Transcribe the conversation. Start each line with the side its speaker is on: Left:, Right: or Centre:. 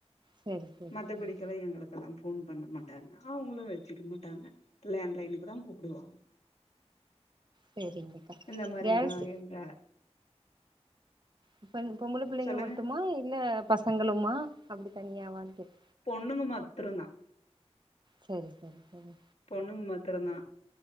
Right: சரி சரி
Left: மத்தபடிக்கலா
Right: சரி
Left: எங்களுக் இப்பல்லா ஃபோன் பண்ண மாட்டாங்க அவுங்ளு வச்சுக்க மாட்டாங்க லேண்ட்லைனுக்கு தா கூப்டுவாங்க
Right: சரிங்கக்கா
Left: இந்த மாரிதா
Right: கேர்ள்ஸ்
Left: எந்த
Right: இப்ப பொம்பள புள்ளைங்க
Left: சொல்லுங்க
Right: மட்டுமா இல்ல பசங்களும்மா அப்டி தனியாவானு கேட்
Left: பொண்ணுங்க மத்துரு தா
Right: செரி செரி செரி
Left: பொண்ணுங்க மத்துரு தா